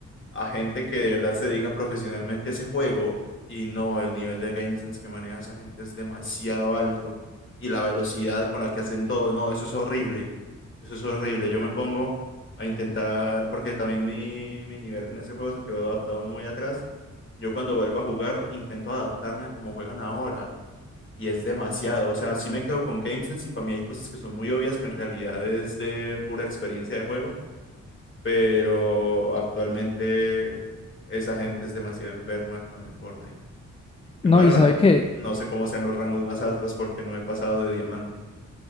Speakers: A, on the left; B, on the left.
A: a gente que de verdad se dedica profesionalmente a ese juego y no, el nivel de game sense que maneja esa gente es demasiado alto y la velocidad con la que hacen todo, no, eso es horrible, eso es horrible. Yo me pongo a intentar, porque también mi, mi nivel en ese juego se quedó adaptado muy atrás. Yo cuando vuelvo a jugar intento adaptarme a cómo juegan ahora y es demasiado. O sea, sí me quedo con GameSense y para mí hay cosas que son muy obvias que en realidad es de pura experiencia de juego. Pero actualmente esa gente es demasiado enferma con el Fortnite. En
B: No,
A: Valorant
B: y sabe que,
A: no sé cómo sean los rangos más altos porque no he pasado de diamante.